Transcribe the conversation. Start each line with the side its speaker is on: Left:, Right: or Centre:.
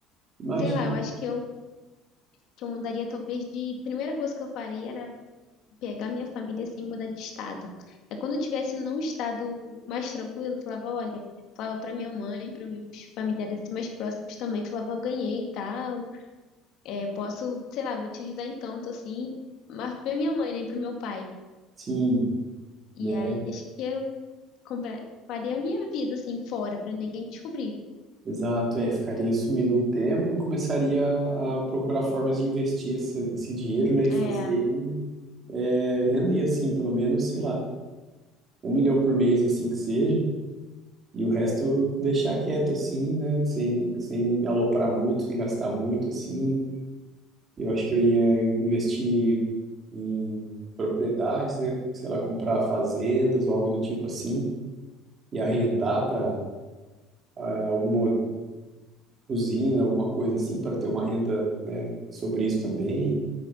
Right: Imagina.
Left: Sei lá, eu acho que eu, que eu mudaria talvez de... Primeira coisa que eu faria era pegar minha família assim e mudar de estado. Aí quando eu tivesse num estado mais tranquilo, eu falava, olha, falava pra minha mãe, para meus familiares assim, mais próximos também, falava, eu ganhei e tal, é, posso, sei lá, vou te ajudar em tanto assim, mas pra minha mãe, nem né, pro meu pai.
Right: Sim,
Left: E
Right: né?
Left: aí acho que eu compra- faria a minha vida assim fora pra ninguém descobrir.
Right: Exato, é, ficaria sumido um tempo e começaria a, a procurar formas de investir esse, esse dinheiro, né, e fazer
Left: É,
Right: é, render assim, pelo menos, sei lá um milhão por mês, assim que seja, e o resto deixar quieto, assim, né? Sem, sem aloprar muito, sem gastar muito, assim. Eu acho que eu ia investir em propriedades, né? Sei lá, comprar fazendas ou algo do tipo assim, e arrendar para alguma usina, alguma coisa assim, para ter uma renda, né, sobre isso também.